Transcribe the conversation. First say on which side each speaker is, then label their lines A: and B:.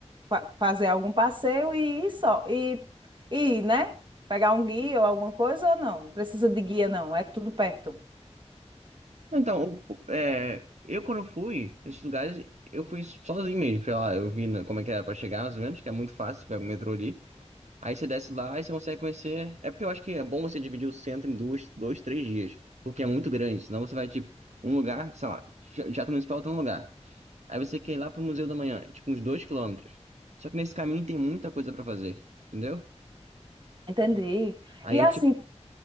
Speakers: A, on the right; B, on the right.
A: fa- fazer algum passeio e ir só, e, e ir, né? Pegar um guia ou alguma coisa ou não? Não Precisa de guia, não, é tudo perto.
B: Então, o- o- é, eu quando fui nesses lugares, eu fui sozinho mesmo, sei lá, eu vi na- como é que era pra chegar, mais ou menos, que é muito fácil, pega o metrô ali. Aí você desce lá e você consegue conhecer... É porque eu acho que é bom você dividir o centro em duas, dois, três dias, porque é muito grande, senão você vai, tipo, um lugar, sei lá, Teatro Municipal tá um lugar. Aí você quer ir lá pro Museu da Manhã, é tipo uns dois quilômetros. Só que nesse caminho tem muita coisa pra fazer, entendeu?
A: Entendi.
B: Aí
A: E
B: é
A: assim,
B: tipo,